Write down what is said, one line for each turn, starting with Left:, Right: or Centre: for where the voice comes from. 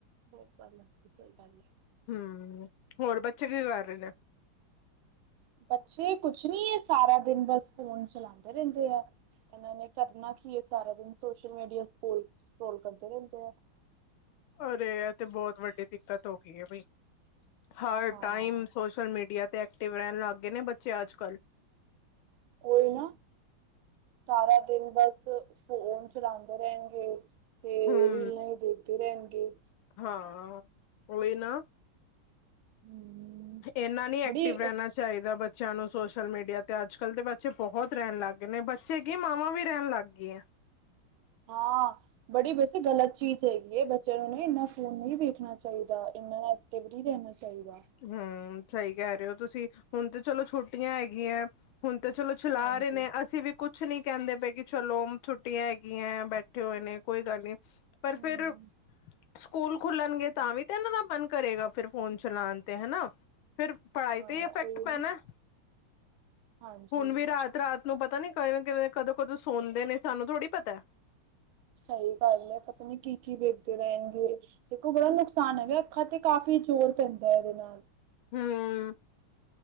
Right: ਹੋਰ ਸਬ ਨਾਲ਼ ਸਹੀ ਗੱਲ਼ ਏਂ।
Left: ਹਮ, ਹੋਰ ਬੱਚੇ ਕੀ ਕਰ ਰਹੇ ਨੇ।
Right: ਬੱਚੇ ਕੁਛ ਨੀ ਇਹ ਸਾਰਾ ਦਿਨ ਬਸ ਫੋਨ ਚਲਾਉਂਦੇ ਰਹਿੰਦੇ ਆ। ਇਹਨਾਂ ਨੇ ਕਰਨਾ ਕੀ ਇਹ ਸਾਰਾ ਦਿਨ ਸੋਸ਼ਲ ਮੀਡੀਆ ਸਕਲ ਸਕਰੋਲ ਕਰਦੇ ਰਹਿੰਦੇ ਆ।
Left: ਅਰੇ, ਇਹ ਤੇ ਬਹੁਤ ਵੱਡੀ ਦਿੱਕਤ ਹੋ ਗਈ ਬਈ। ਹਰ
Right: ਹਾਂ
Left: ਟਾਈਮ ਸੋਸ਼ਲ ਮੀਡੀਆ ਤੇ ਐਕਟਿਵ ਰਹਿਣ ਲੱਗ ਗਏ ਨੇ ਬੱਚੇ ਅੱਜ ਕੱਲ੍ਹ।
Right: ਉਹੀ ਨਾ, ਸਾਰਾ ਦਿਨ ਬਸ। ਫੋਨ ਚਲਾਉਂਦੇ ਰਹਿਣਗੇ ਤੇ
Left: ਹੂੰ
Right: ਰੀਲਾਂ ਹੀ ਦੇਖਦੇ ਰਹਿਣਗੇ।
Left: ਹਾਂ, ਉਹਹੀ ਨਾ।
Right: ਹੂੰ
Left: ਇੰਨਾ ਨਹੀਂ ਐਕਟਿਵ
Right: ਬੜੀ
Left: ਰਹਿਣਾ ਚਾਹੀਦਾ। ਚਾਹੀਦਾ। ਬੱਚਿਆਂ ਨੂੰ ਸੋਸ਼ਲ ਮੀਡੀਆ ਤੇ ਅੱਜ ਕੱਲ੍ਹ ਦੇ ਬੱਚੇ ਬਹੁਤ ਰਹਿਣ ਲੱਗ ਗਏ ਨੇ ਬੱਚੇ। ਮਾਵਾਂ ਵੀ ਰਹਿਣ ਲੱਗ ਗਈਆਂ।
Right: ਹਾਂ। ਬੜੀ ਵੈਸੇ ਗ਼ਲਤ ਚੀਜ਼ ਹੈਗੀ ਹੈ ਬੱਚਿਆਂ ਨੂੰਨ ਇੰਨਾ ਫੋਨ ਨਹੀਂ ਵੇਖਣਾ ਚਾਹੀਦਾ। ਇੰਨਾ ਤੇ ਵੀ ਦੇਣਾ ਚਾਹੀਗਾ।
Left: ਹਮ, ਸਹੀ ਕਹਿ ਰਹੇ ਹੋ ਤੁਸੀਂ ਹੁਣ ਤੇ ਚਲੋ ਛੋਟੀਆਂ ਹੈਗੀਆਂ। ਹੁਣ ਤੇ ਚਲੋ। ਚਲਾ
Right: ਹਾਂਜੀ।
Left: ਰਹੇ ਨੇ। ਅਸੀਂ ਵੀ ਕੁਛ ਨੀ ਕਹਿੰਦੇ ਪਏ ਕਿ ਚਲੋ ਛੁੱਟੀਆਂ ਹੈਗੀਆਂ ਬੈਠੇ ਹੋਏ ਨੇ ਕੋਈ ਗੱਲ ਨਹੀਂ। ਪਰ
Right: ਹੂੰ
Left: ਫੇਰ ਸਕੂਲ ਖੁੱਲਣਗੇ ਤਾਂ ਵੀ ਤਾਂ ਇਹਨਾਂ ਦਾ ਮਨ ਕਰੇਗਾ। ਫਿਰ ਫੋਨ ਚਲਾਉਣ ਤੇ ਹਨਾ। ਫਿਰ ਪੜ੍ਹਾਈ
Right: ਹਾਂ
Left: ਤੇ ਹੀ ਇਫੈਕਟ
Right: ਉਹੀ
Left: ਪੈਣਾ।
Right: ਨਾ ਹਾਂਜੀ
Left: ਹੁਣ ਵੀ ਰਾਤ- ਰਾਤ ਨੂੰ ਪਤਾ ਨੀ ਕਿਵੇਂ- ਕਿਵੇਂ ਕਦੋਂ -ਕਦੋਂ ਸੁਣਦੇ ਨੇ ਸਾਨੂੰ ਥੋੜੀ ਪਤਾ।
Right: ਸਹੀ ਗੱਲ ਹੈ ਪਤਾ ਨੀ ਕੀ -ਕੀ ਵੇਖਦੇ ਰਹਿਣਗੇ। ਦੇਖੋ, ਬੜਾ ਨੁਕਸਾਨ ਹੈਗਾ ਅੱਖਾਂ ਤੇ ਕਾਫ਼ੀ ਜ਼ੋਰ ਪੈਂਦਾ ਇਹਦੇ ਨਾਲ।
Left: ਹਮ,